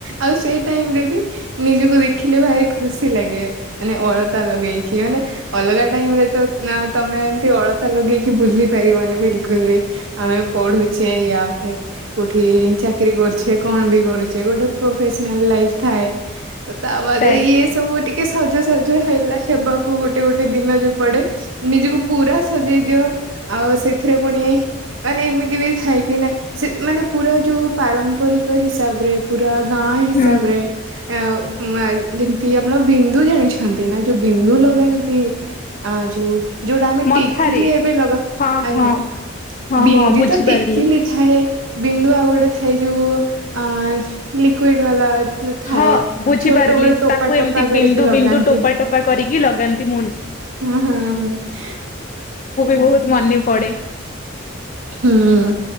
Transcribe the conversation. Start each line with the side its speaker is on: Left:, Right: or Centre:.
Right: ଆଉ ସେ ଟାଇମରେ ବି ନିଜକୁ ଦେଖିଲେ ଭାରି ଖୁସି ଲାଗେ। ମାନେ ଅଳତା ଲଗେଇକି ମାନେ ଅଲଗା ଟାଇମ ରେ ତ। ନା ତମେ ଏମତି ଅଳତା ଲଗେଇକି ବୁଲି ପାରିବନି ବିଲକୁଲ ବି। ଆମେ ପଢୁଛେ ୟା ଫିର୍। କୋଉଠି ଚାକିରି କରୁଛେ କଣ ବି କରୁଛେ ଗୋଟେ ପ୍ରଫେସନାଲ ଲାଇଫ ଥାଏ। ତାପରେ
Left: ଥାଏ
Right: ଇଏ ସବୁ ଟିକେ ସଜ ସାଜ ହେଲା ହେବାକୁ ଗୋଟେ ଗୋଟେ ଦିନ ଯୋଉ ପଡେ। ନିଜକୁ ପୁରା ସଜେଇ ଦିଅ ଆଉ ସେଥିରେ ପୁଣି। ମାନେ ଏମିତି ବି ଥାଏ କି ନା ସେ ମାନେ ପୁରା ଯୋଉ ପାରମ୍ପରିକ ହିସାବରେ। ପୁରା ଗାଁ ହିସାବରେ।
Left: ହୁଁ
Right: ଆ ମା ଯେମିତି ଆପଣ ବିନ୍ଦୁ ଜାଣିଛନ୍ତି ନା ଯୋଉ ବିନ୍ଦୁ ଲଗାନ୍ତି। ଆ ଯୋଉ। ଯୋଉଟା ଆମେ
Left: ମଥାରେ
Right: ଟିକିଲି ଏବେ ଲଗା
Left: ହଁ
Right: ଆଜ୍ଞା
Left: ହଁ ହଁ
Right: ବିନ୍ଦି
Left: ହଁ ବୁଝିପାରିଲି।
Right: ତ ଟିକିଲି। ଥାଏ ବିନ୍ଦୁ ଆଉ ଗୋଟେ ଥାଏ ଯୋଉ ଅ ଲିକ୍ୱିଡ ବାଲା। ଥାଏ
Left: ହଁ ବୁଝିପାରିଲି
Right: ଛୋଟ ବେଳୁ ଟୋପା
Left: ତାକୁ
Right: ଟୋପା
Left: ଏମିତି
Right: କରିକି
Left: ବିନ୍ଦୁ
Right: ଲଗାନ୍ତି।
Left: ବିନ୍ଦୁ ଟୋପା ଟୋପା କରିକି ଲଗାନ୍ତି ମୁନ୍
Right: ହଁ ହଁ ହଁ। <unintelligible>
Left: ବହୁତ୍ ମନେ ପଡେ।
Right: ହୁଁ